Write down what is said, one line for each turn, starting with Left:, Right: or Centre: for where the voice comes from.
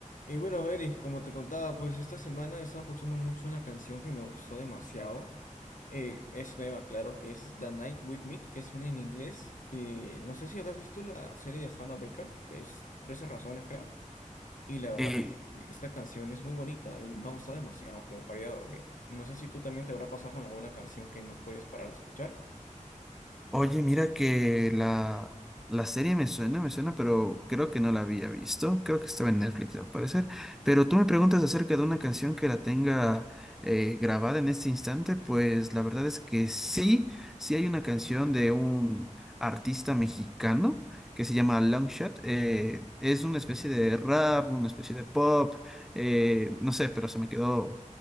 Left: Y bueno, Eric, como te contaba, pues esta semana he estado escuchando mucho una canción que me gustó demasiado. Eh, es nueva, claro, que es The Night With Me, que suena en inglés. Que no sé si habrás visto la serie de Hannah Baker, que es 13 razones, creo. Y la verdad,
Centre: Eh,
Left: es que esta canción es muy bonita y me ha gustado demasiado como para ir a dormir. No sé si tú también te habrá pasado con alguna canción que no puedes parar de escuchar.
Centre: oye, mira que la, la serie me suena, me suena, pero creo que no la había visto. Creo que estaba en Netflix, al parecer. Pero tú me preguntas acerca de una canción que la tenga eh, grabada en este instante, pues la verdad es que sí, sí hay una canción de un artista mexicano que se llama Longshot. Eh, es una especie de rap, una especie de pop, eh, no sé, pero se me quedó